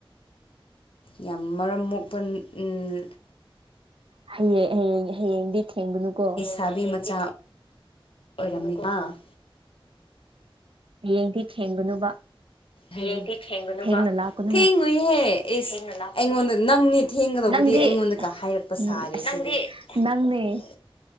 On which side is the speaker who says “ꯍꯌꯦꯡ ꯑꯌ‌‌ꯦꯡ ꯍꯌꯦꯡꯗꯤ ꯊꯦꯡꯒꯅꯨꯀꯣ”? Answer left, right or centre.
Right